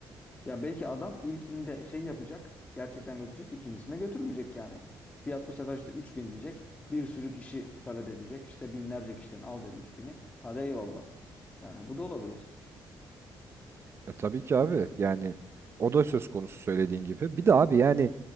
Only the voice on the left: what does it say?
Ya belki adam ilkinde şey yapacak. Gerçekten götürecek. ikincisinde götürmeyecek yani. Fiyat bu sefer işte üç bin diyecek. Bir sürü kişi talep edecek. İşte binlerce kişiden alacak üç bini Hadi eyvallah. Yani bu da olabilir.